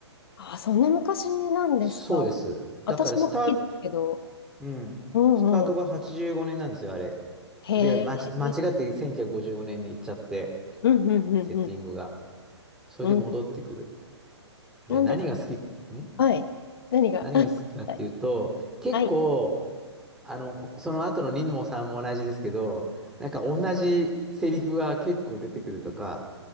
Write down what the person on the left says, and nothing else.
ああ、そんな昔なんですか。
私も好きですけど。
うんうん。
へえ。
うんうんうんうん。
うん。
なんで、
はい。何が、
<laughs> はい
はい。